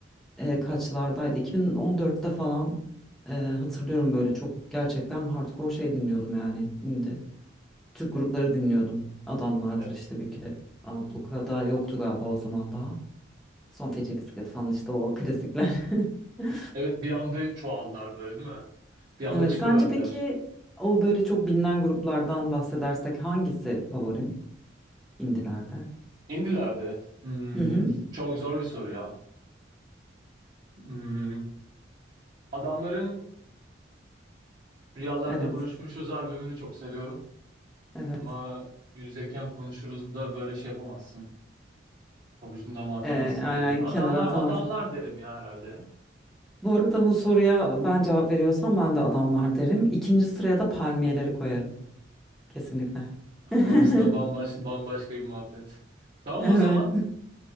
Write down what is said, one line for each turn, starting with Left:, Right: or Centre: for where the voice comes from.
Centre: e, kaçlardaydı 2014'te falan e, hatırlıyorum böyle çok gerçekten hardcore şey dinliyordum yani indie Türk grupları dinliyordum adamlardır
Right: E-
Centre: işte bir kere ablukada yoktu galiba o zaman daha. Son feci bisiklet falan işte o klasikler. <laughs>
Right: Evet bir anda çoğaldılar böyle değil mi? Bir anda
Centre: Evet,
Right: çıkıverdiler.
Centre: sence peki o böyle çok bilinen gruplardan bahsedersek hangisi favorin indilerde?
Right: İndiler de. Hmm,
Centre: Hı hı.
Right: çok zor bir soru ya. Hmm, Adamların Rüyalarda
Centre: Evet,
Right: Buluşmuşuz albümünü çok seviyorum.
Centre: evet.
Right: Ama Yüzdeyken Konuşuruz da böyle şey yapamazsın. Pabucundan atamazsın
Centre: Ee, aynen
Right: gibi. Adamlar
Centre: kenara atamazsın.
Right: adamlar derim ya herhalde.
Centre: Bu arada bu soruya ben cevap veriyorsam ben de adamlar derim. İkinci sıraya da palmiyeleri koyarım. Kesinlikle. <laughs>
Right: Orası da bambaş, bambaşka bir muhabbet. Tamam
Centre: Evet.
Right: o zaman.